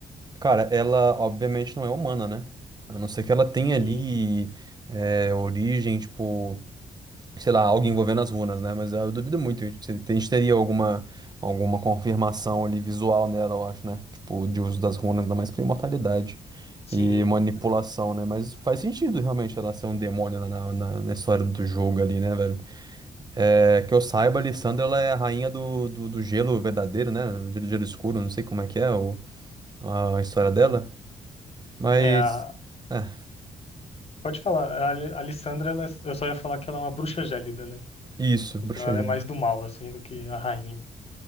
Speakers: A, on the right; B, on the left.
A: Cara, ela obviamente não é humana, né? A não ser que ela tenha
B: Sim,
A: ali é, origem, tipo, sei lá, algo envolvendo as runas, né? Mas eu duvido muito. Se- A gente teria alguma, alguma confirmação ali visual nela, eu acho, né? Tipo, de uso das runas, ainda mais pra imortalidade
B: sim.
A: e manipulação, né? Mas faz sentido realmente ela ser um demônio na, na, na história do jogo ali, né, velho? É, que eu saiba, a Lissandra, ela é a rainha do, do, do gelo verdadeiro, né? Gelo, gelo escuro, não sei como é que é o- a história dela.
B: sim.
A: Mas.
B: É a,
A: É,
B: pode falar, a Ale- a Alissandra, ela é- eu só ia falar que ela é uma bruxa gélida, né?
A: isso, Bruxa
B: Então ela
A: Gélida.
B: é mais do mal, assim, do que a rainha.